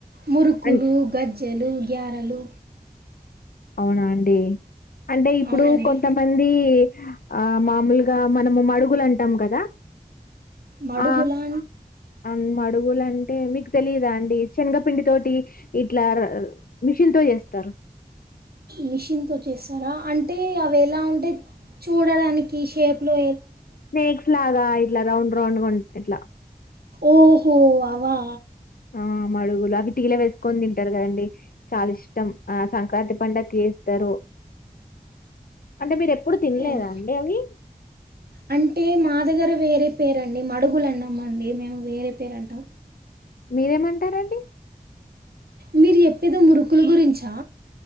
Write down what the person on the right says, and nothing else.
మురుకులు
గద్ తెలు గారలు
అవునండి
మడుగులా
మిషిన్ తో చేస్తారా అంటే అవి ఎలా ఉంటయ్ చూడడానికి షేప్ లో
ఓహో అవా
ఓ
అంటే మా దగ్గర వేరే పేరండి మడుగులు అన్నామండి మేము వేరే పేరు అంటాం
మీరు చెప్పేది మురుకుల గురించా